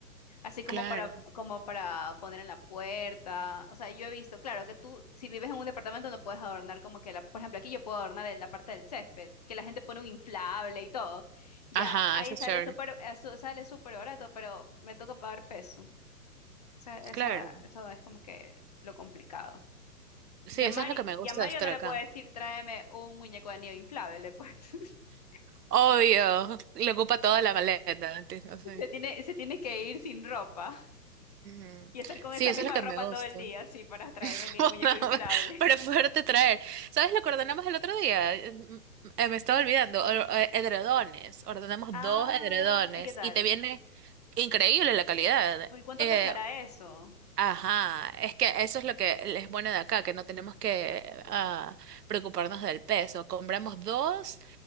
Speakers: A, on the left (about 25°); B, on the right (about 75°).
A: Así como
B: Claro.
A: para, como para poner en la puerta. O sea, yo he visto, claro, que tú, si vives en un departamento, no puedes adornar como que la, por ejemplo, aquí yo puedo adornar en la parte del césped, que la gente pone un inflable y todo. Ya,
B: Ajá,
A: ahí
B: eso es
A: sale
B: chévere.
A: súper, eh, su- sale súper barato, pero me toca pagar peso. O sea, esa,
B: Claro.
A: eso es como que lo complicado.
B: Sí,
A: Y a
B: eso
A: Mari-
B: es lo que me
A: y
B: gusta
A: a Mario
B: de estar
A: no
B: acá.
A: le puedo decir, tráeme un muñeco de nieve inflable, pues. <laughs>
B: Obvio, le ocupa toda la maleta. ¿entiendes? Sí,
A: Se tiene, se tiene que ir sin ropa
B: Ujú.
A: y estar con
B: Sí,
A: esa
B: eso
A: misma
B: es lo que
A: ropa
B: me gusta.
A: todo el día, sí, para traerme
B: <laughs>
A: el muñeco inflable.
B: Para poderte traer. ¿Sabes lo que ordenamos el otro día? Eh, m- eh, me estaba olvidando. o- eh, edredones. Ordenamos
A: Ah,
B: dos edredones
A: ¿y qué tal?
B: y te viene increíble la calidad.
A: Uy, ¿cuánto
B: Eh,
A: pesará eso?
B: ajá. Es que eso es lo que es bueno de acá, que no tenemos que ah, preocuparnos del peso. Compramos dos